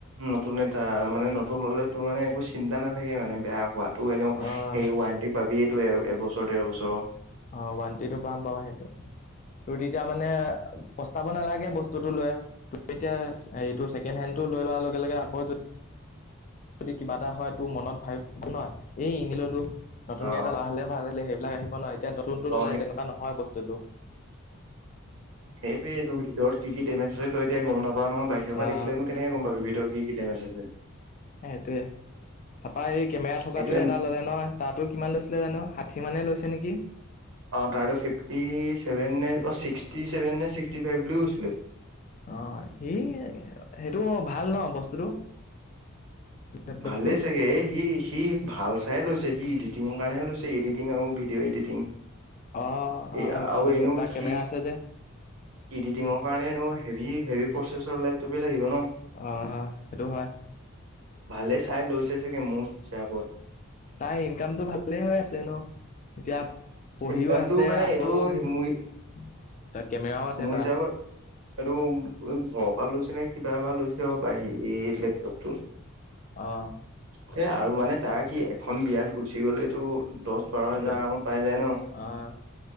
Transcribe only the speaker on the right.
নতুন এটা মানে নতুন ল'লেতো মানে একো চিন্তা নাথাকে মানে। বেয়া হোৱাতো এনেও
সেই ৱাৰেণ্টি পাবিয়ে টো এবছৰ ডেৰ বছৰৰ।
অ
অ
সেইটোৱে তো তৰ কি-কি ডেমেজ আছে তই এতিয়া গম নাপোৱা নহয় বাহিৰৰ পৰা
দেখিলেনো কেনেক গম পাবি ভিতৰত কি কি ডেমেজ আছে।
সেইটোয়ে
অ' তাৰটো ফিফটি ছেভেন নে ছিক্সথি ছেভেন নে সিক্সটি ফাইভ বুলি কৈছিলে।
ভালেই চাগে সি সি ভাল চাইয়ে লৈছে। সি এডিটিংৰ কাৰণেহে লৈছে এডিটং আৰু ভিডিঅ' এডিটিং।
এ'
আও
এনেও
সি
এডিটিংৰ কাৰণে এনেও হেভি হেভি প্ৰচেছৰ <unintelligible> থাকিব ন।
ভালে চাই লৈছে চাগে মোৰ হিচাপত।
ইনকামটো
মানে
এইটো
মোৰ
মোৰ
হিচাপত এইটো ঘৰৰ পৰা লৈছে নে কিবাৰ পৰা লইচে হপায় সি এই লেপটপটো।
সেই আৰু মানে তাৰ কি এখন বিয়াত গুচি গ'লেতো দচ বাৰ হাজাৰ
আৰামত পাই যায় ন।